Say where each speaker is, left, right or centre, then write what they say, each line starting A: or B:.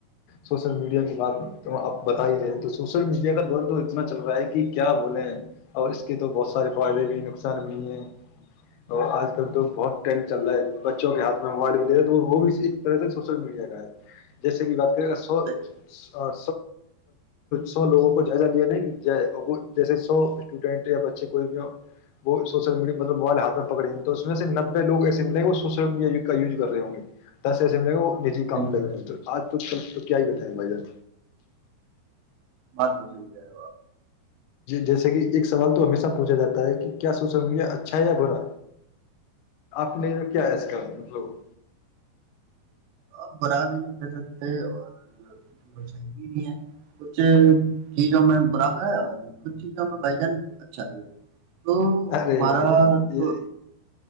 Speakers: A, on the left (about 80°); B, on the right (about 80°).
A: سوشل میڈیا کی بات تو آپ بت ہی رہے تو سوشل میڈیا کا دور تو اتنا چل رہا ہے کہ کیا بولیں اور اس کے تو بہت سارے فائدے بھی ہیں نقصان بھی ہیں اور آج کل تو بہت ٹ چل رہا ہے بچوں کے ہاتھ میں موبائل بھی دے ہیں تو وہ بھی اسی طرح سے سوشل میڈیا کا ہے جیسے کہ بات کر سو
B: صحیح
A: سو سو لوگوں کو جائزہ لیا نہیں وہ جیسے سو اسٹوڈینٹ یا بچے کوئی بھی وہ سوشل میڈیا مطلب موبائل ہاتھ میں پکڑی تو اس میں سے نبے لوگ ای لیں گ وہ سوشل میڈیا کا یز رہے ہوں گے دس ایسےم لیں گے وہ م ہی کم
B: صحیح کہہ
A: لگے
B: رہے ہو
A: م تو آج تو تو کیا ہی بتائیں بھائی جان
B: بات تو سح کر رہ ہے باپ
A: جیسے کہ ایک سوال تو ہمیشہ پوچھا جاتا ہے کہ کیا سوچا ہوں گے اچھا یا برا آپ نے کیا ہے کا مطلب ب
B: آپ برا بھی نہیں کر سکتے اور صحیح بھی نہیں ہے کچھ چیزوں میں برا ہے اور کچھ چیزوں میں بھائی جان اچھا بھی ہے تو
A: ارے
B: ہمارا
A: بھائی جان
B: تو
A: یہ